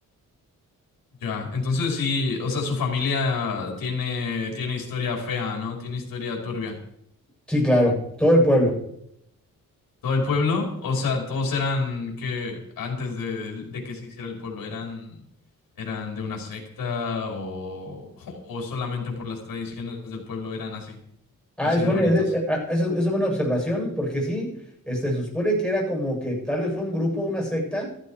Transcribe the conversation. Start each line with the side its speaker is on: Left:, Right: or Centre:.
Left: Ya, entonces sí, o sea, su familia tiene, tiene historia fea, ¿no? Tiene historia turbia.
Centre: Sí, claro, todo el pueblo.
Left: ¿Todo el pueblo? O sea, todos eran que antes de, de que se hiciera el pueblo, eran, eran de una secta o, <laughs> o solamente por las tradiciones del pueblo eran así,
Centre: Ah,
Left: así
Centre: es
Left: de
Centre: buena,
Left: raritos.
Centre: es, eh, ah, ah, esa es- es buena observación, porque sí, este, se supone que era como que tal vez fue un grupo, una secta,